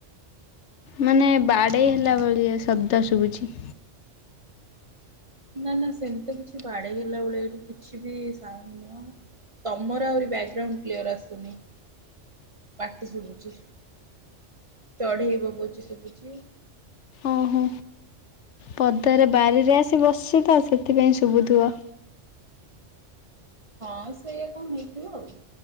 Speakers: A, on the left; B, on the right.
A: ମାନେ ବାଡ଼େଇ
B: ଓହୋ
A: ହେଲା ଭଳି ଶବ୍ଦ ଶୁଵୁଚି।
B: ନା ନା ସେମିତି କିଛି ବାଡେଇହେଲା ଭଳିଆ ଏଠି କିଛି ବି ସାଉଣ୍ଡୁ ନୁହଁ। ତମର ଆହୁରି ବ୍ୟାକ୍ଗ୍ରାଉଣ୍ଡ କ୍ଲିୟର୍ ଆସୁନି। ପାଟି ଶୁଭୁଚି ଚଢେଇ ବୋ ବୋଉଛି ଶୁଭୁଛିି।
A: ଓ ହୋ। ପଦାରେ ବାରିରେ ଆସି ବସିଛି ତ ସେଥିପାଇଁ ଶୁଭୁଥିବ।
B: ହଁ ସେଇଆ କଣ ହେଇଥିବ ଆଉ।